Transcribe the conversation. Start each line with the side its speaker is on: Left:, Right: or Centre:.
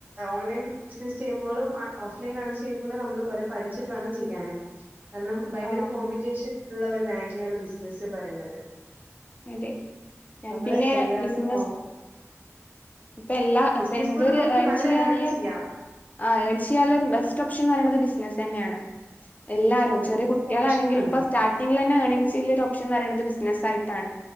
Right: ഓൺലൈൻ ബിസിനസ് ചെയ്യുമ്പോഴും ഓഫ്‌ലൈൻ ആണിച്ചയിബോയ്യേ കൂടെ നമ്മള് കുറെേ പഠിച്ചിട്ട വേണം ചെയ്യാൻ കാരണം ഭയങ്കര
Left: ആഹ്
Right: കോമ്പറ്റീഷൻ ഉള്ള ഒരു മേഖലയാണ് ബിസിനസ്സ് പറയണുന്നത്
Left: അതെ ഞാൻ
Right: നമ്മള്
Left: പിന്നെ
Right: എല്ലാതും
Left: ബിസിനസ്
Right: നോ
Left: ഇപ്പ എല്ലാ ഇപ്പൊ
Right: ബിസിനസ്
Left: എന്തൊരു
Right: കൊണ്ട് നമുക്ക്
Left: ഏൺ
Right: നല്ല
Left: ചെയ്യാണല്ലേ
Right: ചെയ്യാം
Left: ആ ഏൺ ചെയ്യാനുള്ള ഒരു ബെസ്റ്റ് ഓപ്ഷൻന്ന് പറയണത് ബിസിനസ്സ് തന്നെയാണ് എല്ലാരും
Right: ആ
Left: ചെറ
Right: ബെസ്റ്റ്
Left: കുട്ടികാണെങ്കിലും
Right: ഓപ്ഷനാണ്
Left: ഇപ്പോ സ്റ്റാർട്ടിംഗിൽ തന്നെ ഏണിംഗങ് ചെയ്യുള്ള ഒരു ഓപ്ഷ പറയുന്നത് ബിസിനസ്സയിട്ടാണ്